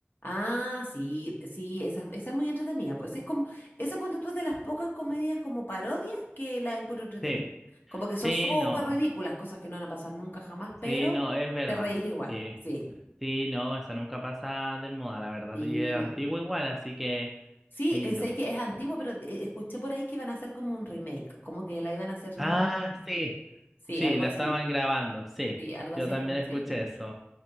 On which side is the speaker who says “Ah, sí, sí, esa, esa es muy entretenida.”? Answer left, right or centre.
Left